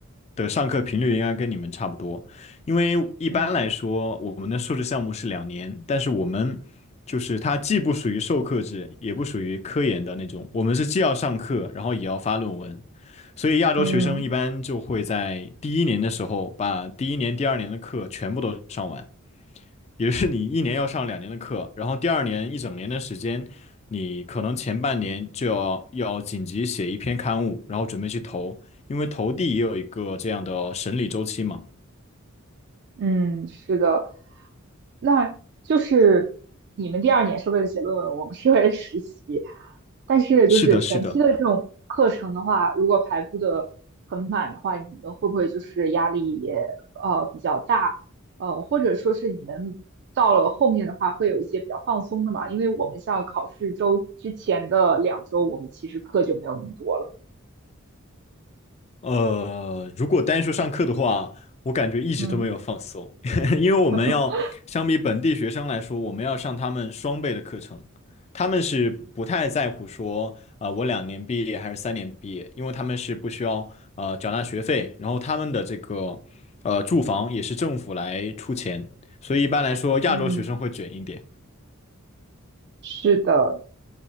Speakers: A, on the left; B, on the right.
A: 的上课频率应该跟你们差不多，因为一般来说我们的硕士项目是两年，
B: 嗯
A: 但是我们就是它既不属于授课制，也不属于科研的那种，我们是既要上课，然后也要发论文，所以亚洲学生一般就会在第一年的时候把第一年、
B: 嗯
A: 第二年的课全部都上完，也就是你一年要上两年的课，然后第二年一整年的时间，你可能前半年就要要紧急写一篇刊物，然后准备去投，因为投递也有一个这样的审理周期嘛。
B: 嗯，是的，那就是你们第二年是为了写论文，我们是为了实习。但是就是
A: 是的，是的。
B: 课程的话，如果排布的很满的话，你们会不会就是压力也呃比较大？呃，或者说是你们到了后面的话，会有一些比较放松的嘛？因为我们像考试周之前的两周，我们其实课就没有那么多了。
A: 呃，如果单说上课的话，我感觉一直都没有放松，
B: 嗯
A: <laughs> 因为我们要相比本地学生来说，
B: <laughs>
A: 我们要上他们双倍的课程，他们是不太在乎说啊、呃我两年毕业还是三年毕业，因为他们是不需要呃缴纳学费，然后他们的这个呃住房也是政府来出钱，所以一般来说亚洲学生会卷一点。
B: 嗯，是的，